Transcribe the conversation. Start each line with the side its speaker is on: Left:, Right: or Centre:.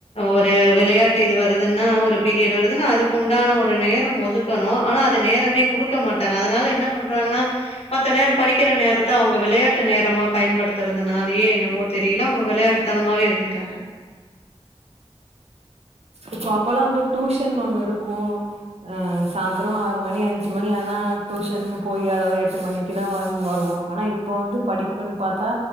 Left: ஒரு விளையாட்டு இது வருதுன்னா ஒரு பீரியட் வரு துலா அதுக்கு உண்டான ஒரு நேரம் ஒதுக்கணும ஆனா அது நேரமே குடுக்க மாட்டாங்க அதனால என்ன பண்றாங்கனா மத்த நேரம் படிக்கிற நேரத்த அவுங்க விளையாட்டு நேரமா பயன்படுத்துறதுனாலயே என்னமோ தெரியல அவுங்க விளையாட்டுத்தனமாவே இருந்துட்டாங்க
Right: இப்போ அப்பல்லா வந்து டூஷன் ஒண்ணு இருக்கு அ சாந்திரோ ஆறு மணி அஞ்சு மணி ஆனா டூஷன்னு போய் அதோட எட்டு மணிக்குதா வந் வருவோ ஆனா இப்ப வந்து படிப்புன்ன பாத்தா